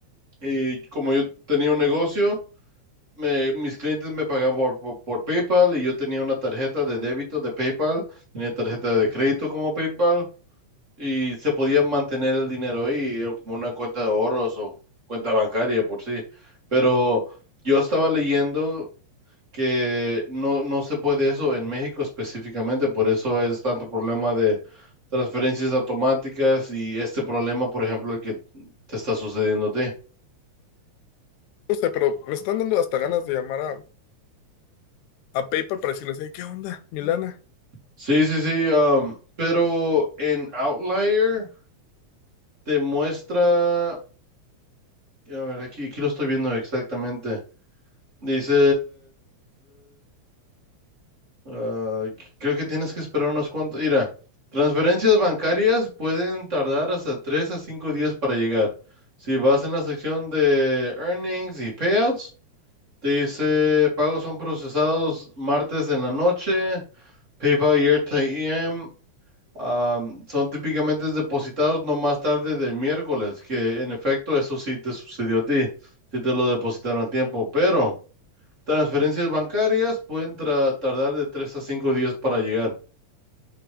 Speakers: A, on the right; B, on the left.
A: y como yo tenía un negocio, me- mis clientes me pagaban por, por, por PayPal y yo tenía una tarjeta de débito de PayPal, tenía tarjeta de crédito como PayPal y se podía mantener el dinero ahí, eh, como una cuenta de ahorros o cuenta bancaria por sí. Pero yo estaba leyendo que no, no se puede eso en México específicamente, por eso es tanto problema de transferencias automáticas y este problema, por ejemplo, el que te está sucediendo a ti.
B: No sé, pero me están dando hasta ganas de llamar a, a PayPal para decirles, "Hey, ¿qué onda, Milana?
A: Sí, sí, sí, um, pero en Outlier te muestra, a ver, aquí, aquí lo estoy viendo exactamente. Dice, Ah, creo que tienes que esperar unos cuantos. Mira, transferencias bancarias pueden tardar hasta 3 a 5 días para llegar. Si vas en la sección de earnings y payouts, te dice pagos son procesados martes en la noche, PayPal y AirTM am, son típicamente depositados no más tarde del miércoles, que en efecto eso sí te sucedió a ti, si te lo depositaron a tiempo, pero transferencias bancarias pueden tra- tardar de 3 a 5 días para llegar.